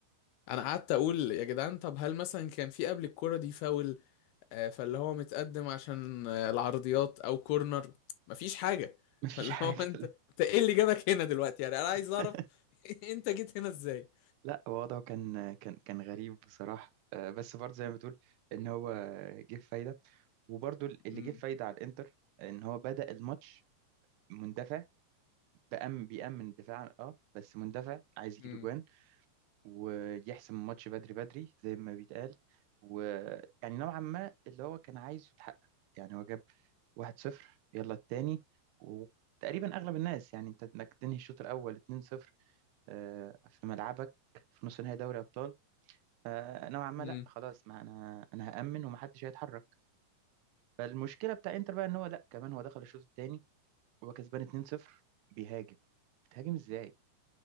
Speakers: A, on the left; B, on the right.
A: انا قعدت اقول يا جدعان طب هل مثلا كان في قبل الكرة دي فاول آه، فاللي هو متقدم عشان آه، العرضيات او كورنر مفيش حاجة <laughs>
B: <laughs> مفيش
A: فاللي
B: حاجه
A: هو انت انت ايه اللي جابك هنا دلوقتي يعني انا عايز
B: لا
A: اعرف <laughs> انت جيت هنا ازاي
B: لا وضعه كان كان كان غريب بصراحة آه، بس برضه زي ما بتقول ان هو جه في فايدة وبرضه اللي
A: امم
B: جه في فايدة على الانتر ان هو بدأ الماتش مندفع بأم بيأمن دفاعا اه بس مندفع عايز يجيب
A: امم
B: اجوان ويحسم الماتش بدري بدري زي ما بيتقال ويعني نوعا ما اللي هو كان عايزه اتحقق يعني هو جاب 1-0 يلا التاني وتقريبا اغلب الناس يعني انت انك تنهي الشوط الاول 2-0 آه، في ملعبك في نص نهائي دوري ابطال آه، نوعا ما
A: امم
B: لا خلاص ما انا انا هأمن ومحدش هيتحرك فالمشكله بتاع انتر بقى ان هو لا كمان هو دخل الشوط الثاني هو كسبان 2-0 بيهاجم بتهاجم ازاي